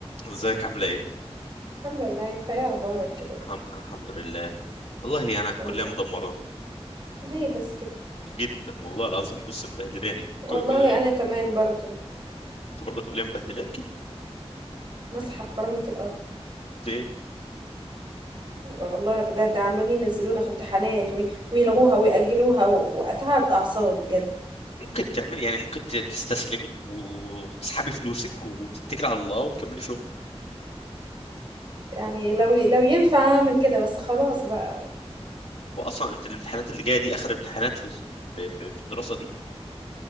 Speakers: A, on the left (about 75°); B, on the right (about 45°).
A: ازيك عاملة ايه؟
B: الحمد لله انت ايه اخبارك كده
A: الحم- الحمد لله والله انا الكلية
B: الحمد لله
A: مدمرة
B: ليه بس كده
A: جدا والله العظيم بص مبهدلاني
B: والله
A: كل كل
B: انا كمان برضو
A: انت برضه الكلية مبهدلاكي
B: نصحى بكرامة الارض
A: ليه؟
B: والله بجد عمالين ينزلونا في امتحانات وي- ويلغوها ويأجلوها و- واتعب اعصاب بجد
A: ممكن تعملي يعني ممكن ت- تستسلمي وتسحبي فلوسك وتتكلي على الله وتكملي شغل
B: يعني لو ي- لو ينفع اعمل كده بس خلاص بقى
A: واصلا انت الامتحانات اللي جاية دي اخر امتحانات في في في في الدراسة دي